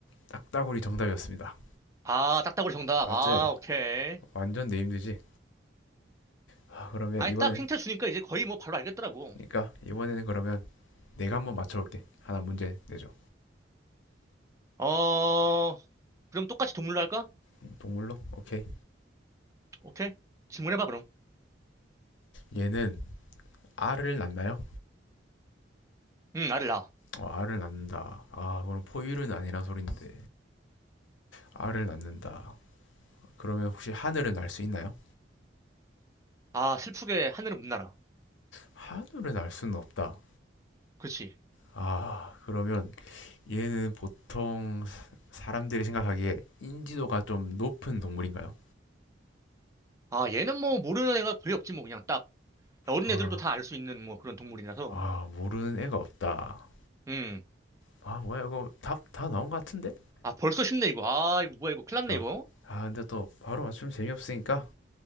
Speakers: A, on the left (about 85°); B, on the right (about 15°).
A: 딱따구리 정답이었습니다.
B: 아, 딱따구리 정답.
A: 맞지?
B: 아, 오케이.
A: 완전 내힘들지. 아, 그러면
B: 아니,
A: 이번에
B: 딱 힌트 주니까 이제 거의 뭐 바로 알겠더라고.
A: 그러니까 이번에는 그러면 내가 한번 맞춰볼게. 하나 문제 내줘.
B: 어, 그럼 똑같이 동물로 할까?
A: 음, 동물로? 오케이.
B: 오케이. 질문해봐, 그럼.
A: 얘는 알을 낳나요?
B: 응, 알을 낳아.
A: 어, 알을 낳는다. 아, 그럼 포유류는 아니란 소린데 알을 낳는다. 그러면 혹시 하늘을 날 수 있나요?
B: 아, 슬프게 하늘을 못 날아.
A: 하늘을 날 수는 없다.
B: 그렇지.
A: 아, 그러면 얘는 보통 사- 사람들이 생각하기에 인지도가 좀 높은 동물인가요?
B: 아, 얘는 뭐 모르는 애가 거의 없지, 뭐 그냥 딱. 어린
A: 아,
B: 애들도 다 알 수 있는 뭐 그런 동물이라서.
A: 아, 모르는 애가 없다.
B: 음.
A: 아, 뭐야, 이거 답 다 나온 것 같은데?
B: 아, 벌써 쉽네, 이거. 아, 이거 뭐야, 이거. 큰일 났네,
A: 아,
B: 이거.
A: 아, 근데 또 바로 맞추면 재미없으니까.